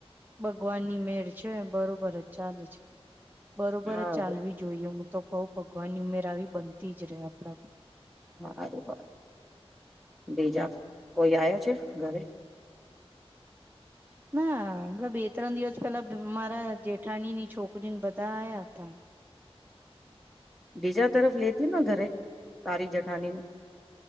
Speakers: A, on the right; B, in the centre.
A: ભગવાનની મેળ છે બરોબર જ ચાલે છે. બરોબર
B: હારું
A: જ ચાલવી, જોઈએ હું તો કઉ ભગવાનની ઉમેર આવી બનતી જ રે આપડા પર
B: હારુ હાર બીજા કોઈ આયો છે, ઘરે <inaudible>
A: ના હમણા બે ત્રણ દિવસ પેલા, મારા જેઠાણી ની છોકરીને બધા આયા હતા
B: બીજા તરફ લેતી ને ઘરે તારી જેઠાનીનું